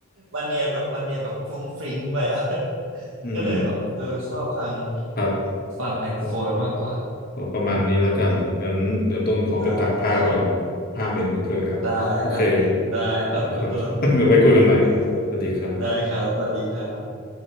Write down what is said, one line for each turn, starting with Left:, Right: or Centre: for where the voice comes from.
Right: มันเนียนแบบมันเนียนแบบฟรุ้งฟริ้งไปอ่ะ <laughs>
Left: อืม
Right: ก็เลยแบบเออชอบทาง
Left: ครับ
Right: ฝั่ง iPhone
Left: ก็
Right: มากกว่า
Left: ก็ประมาณนี้แล้วกันงั้นเดี๋ยวต้นขอไปตากผ้าก่อน
Right: ได้ครับ
Left: ผ้าเหม็นเหลือเกินครับโอเค
Right: ได้ครับได้ครับคุณต้น
Left: นะครับ <laughs> เดี๋ยวไว้คุยกันใหม่สวัสดีครับ
Right: ครับได้ครับสวัสดีครับ